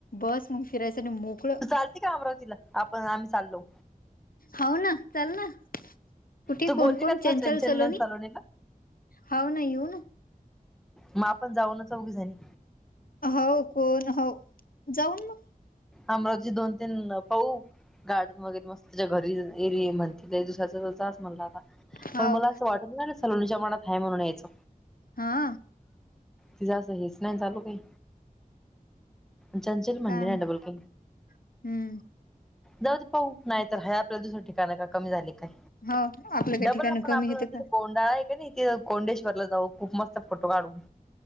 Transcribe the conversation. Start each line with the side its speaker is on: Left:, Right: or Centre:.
Left: बस मग फिरायचं आणि मोकळ
Centre: तू चालते का अमरावतीला आपण आम्ही चाललो
Left: हो ना चल ना. कुठे
Centre: तू
Left: कोण
Centre: बोलली
Left: कोण
Centre: का तसं
Left: चंचल सलोनी
Centre: सलोनीला
Left: हाव ना येऊ ना.
Centre: मग आपण जाऊनच चोघी जणी
Left: हो कोण हो जाऊन मग
Centre: अमरावजी दोन तीन पाऊ गार्डन वगैरे मस्त त्याच्या घरी इर इर् म्हण. ति दिसाच म्हणला आता
Left: हाव
Centre: पण मला असं वाटत ना सलोणीच्या मनात हाय म्हणून ह्याच.
Left: हा.
Centre: तिझं असं हेच नाही चालू काही चंचल म्हणले
Left: काय
Centre: नाही डबल. ह.
Left: हम्म
Centre: जाऊ ते पाहू नाही तर ह आपल्याला दुसरं ठिकाणं का कमी झाली काय?
Left: हो आपलं काही
Centre: डबल
Left: ठिकाण
Centre: आपण
Left: कमी
Centre: आपलं
Left: येते
Centre: म्हणजथ
Left: का
Centre: कोंडाळा आहे का नाही. ते कोंडेश्वर ला जाऊ खूप मस्त फोटो काढून